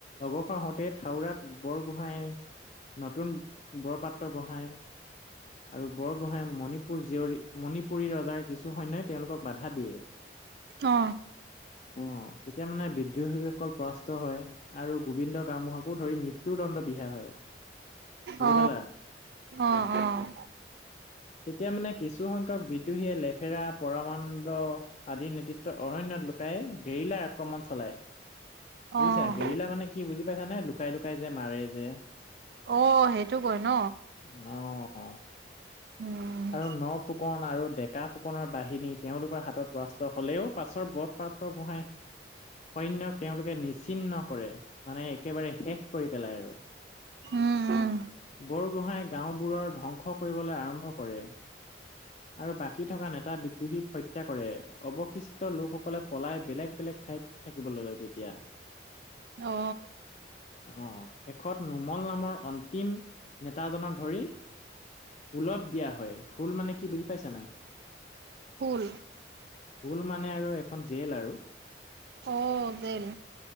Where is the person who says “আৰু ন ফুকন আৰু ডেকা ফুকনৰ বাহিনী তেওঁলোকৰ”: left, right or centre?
Left